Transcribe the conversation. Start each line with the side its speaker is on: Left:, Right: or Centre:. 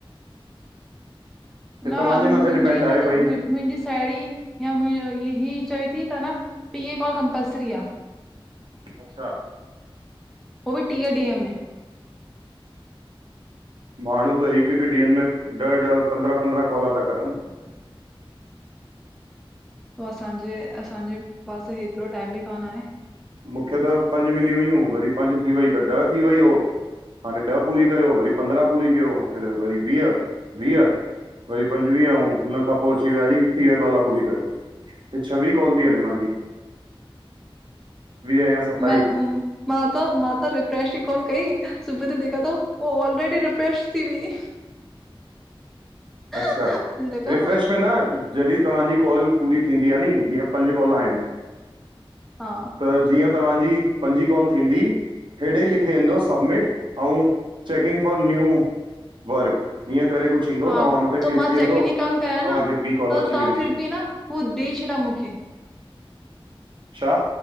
Right: <inaudible>
Centre: न
Right: तव्हांजे
Centre: मुंहिंजी
Right: मथे डिपेंड आहे
Centre: न
Right: भई
Centre: मुंहिंजी साहेड़ी या मुंहिंज ही ही चवे थी त न टीह कॉल कमपलसरी आ
Right: अच्छा
Centre: हो बि टीह ॾींहं में
Right: माण्हू त हिकु, हिकु ॾींहंनि में ॾह-ॾह, पंद्रहं-पंद्रहं कॉला था करनि
Centre: पो असांजे, असांजे पासे हेतिरो टाइम बि कान आहे
Right: मूंखे त पंज मिली हुयूं वरी पंज थी वई त ॾह थी वई हो हाणे ॾह पूरी कयो वरी पंद्रहं पूरी कयो फिर वरी वीह वीह वरी पंजवीह ऐं हुन खां पोइ अची वियासीं टीह काॅला पूरी कयो छवी कॉल थी हले मुहिंजी या सतावीह
Centre: न हम मां त मां त रिफ्रेश ई कोन कई सुबुह त ॾेखां थो पोइ ऑलरेडी रिफ्रेश थी हुई मुंहिंजे
Right: अच्छा
Centre: लॻा
Right: रिफ्रेश में न जॾहि तव्हांजी कॉल पूरी थींदी आहे नी जीअं पंज कॉल आहिन
Centre: हा
Right: त जीअं तव्हांजी पंजी कॉल थींदी हेॾे लिखे ईंदो सब्मिट ऐं चैकिंग फॉर न्यू वर्क हीअं करे कुझु ईंदो
Centre: हा
Right: तव्हां हुन ते क्लिक
Centre: त मां
Right: कंदो
Centre: चैक इन ई कन कयां
Right: तव्हांखे
Centre: न त
Right: ॿी कॉल अची
Centre: तव्हां
Right: वेंदी
Centre: फिर बि न हू ॾेई छॾा मूंखे
Right: छा